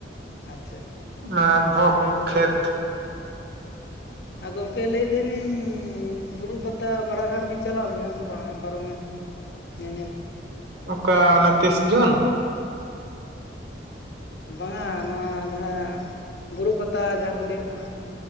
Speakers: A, on the left (about 60°); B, on the right (about 65°).
A: ᱟᱪᱪᱷᱟ ᱟᱪᱪᱷᱟ᱾
B: ᱚᱱᱟ ᱵᱷᱚᱠ ᱠᱷᱮᱛ᱾
A: ᱟᱨ ᱜᱚᱢᱠᱮ ᱞᱟᱹᱭᱫᱟᱞᱤᱧᱻ ᱵᱩᱨᱩ ᱯᱟᱛᱟ ᱵᱟᱲᱟᱟᱜᱷᱟᱴ ᱵᱤᱱ ᱪᱟᱞᱟᱣ ᱞᱮᱱᱟ ᱥᱮ ᱵᱟᱝ ᱯᱟᱨᱚᱢᱮᱱ? ᱧᱮᱧᱮᱞ
B: ᱚᱠᱟ ᱚᱱᱟ ᱛᱤᱥ ᱡᱩᱱ?
A: ᱵᱟᱝᱟ, ᱱᱚᱣᱟ ᱡᱟᱦᱟᱸ ᱵᱩᱨᱩ ᱯᱟᱛᱟ ᱡᱟᱦᱟᱸ ᱠᱚ ᱞᱟᱹᱭᱟᱜ ᱠᱟᱱᱟ᱾